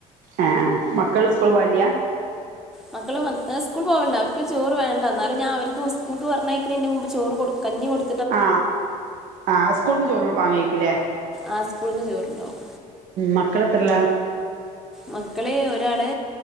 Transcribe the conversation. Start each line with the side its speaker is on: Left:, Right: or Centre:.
Right: ഏ ഏ മക്കള് സ്കൂള് പോവൽയാ
Centre: മക്കള് മദ് സ്കൂൾ പോവൾണ്ട് അവർക്ക് ചോറ് വേണ്ട എന്നാലും ഞാ അവർക്ക് സ്കൂൾക്ക് പർഞയ്ക്ക്ണന്റെ മുമ്പ് ചോറ് കൊട്ക്ക് കഞ്ഞി കൊട്
Right: ആ ആ സ്കൂൾക്ക് ചോറ് വാങ്ങിക്കല്ലേ
Centre: ആ സ്കൂൾന്ന് ചോർണ്ടാവും
Right: മക്കളെത്തർലാ
Centre: മക്കള് ഒരാള്